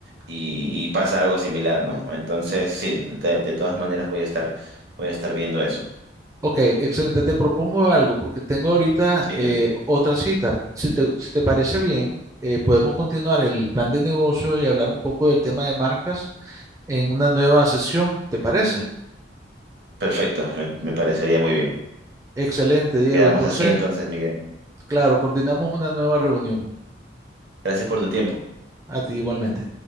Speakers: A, on the right; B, on the right.
A: y pasa algo similar, ¿no? Entonces, sí, de, de todas maneras voy a estar, voy a estar viendo eso.
B: Ok, excelente. Te propongo algo porque tengo ahorita
A: Sí,
B: eh,
A: dime.
B: otra cita. Si te, si te parece bien, eh, podemos continuar el plan de negocio y hablar un poco del tema de marcas en una nueva sesión. ¿Te parece?
A: Perfecto, me, me parecería muy bien.
B: Excelente, Diego.
A: Quedamos
B: Entonces,
A: así entonces, Miguel.
B: claro, coordinamos una nueva reunión.
A: Gracias por tu tiempo.
B: A ti igualmente.